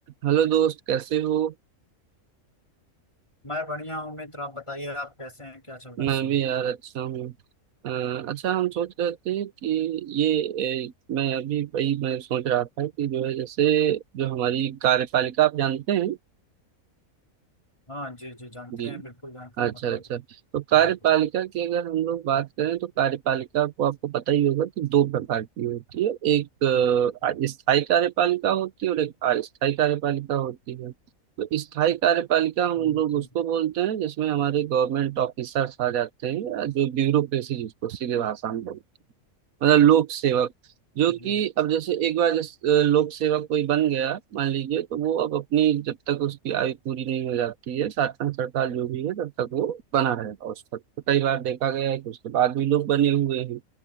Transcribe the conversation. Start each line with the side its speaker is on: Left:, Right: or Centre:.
Right: हेलो दोस्त कैसे हो
Left: मैं बढ़िया हूँ मित्र आप बताइए आप कैसे हैं क्या चल रहा है इस
Right: मैं
Left: समय
Right: भी यार अच्छा हूँ अ, अच्छा हम सोच रहे थे कि ये अ, मैं अभी वही मैं सोच रहा था कि जो है जैसे जो हमारी कार्यपालिका आप जानते हैं
Left: हाँ जी जी जानते
Right: जी
Left: हैं बिल्कुल जानते हैं
Right: अच्छा
Left: मतलब
Right: अच्छा तो कार्यपालिका
Left: हम्म,
Right: की अगर हम लोग बात करें तो कार्यपालिका को आपको पता ही होगा कि दो प्रकार की होती है एक अ, स्थायी कार्यपालिका होती है और एक अस्थायी कार्यपालिका होती है तो स्थायी कार्यपालिका हम
Left: जी
Right: लोग उसको बोलते हैं जिसमें हमारे गवर्नमेंट ऑफिसर्स आ जाते हैं या जो ब्यूरोक्रेसी जिसको सीधे भाषा में बोलते हैं मतलब लोक सेवक जो
Left: जी
Right: कि अब जैसे एक बार जैसे अ, लोक सेवक कोई बन गया मान लीजिए तो वो अब अपनी जब तक उसकी आयु पूरी नहीं हो जाती है साठ पैंसठ साल जो भी है तब तक वो बना रहेगा उस पद पर कई बार देखा गया है कि उसके बाद भी लोग बने हुए हैं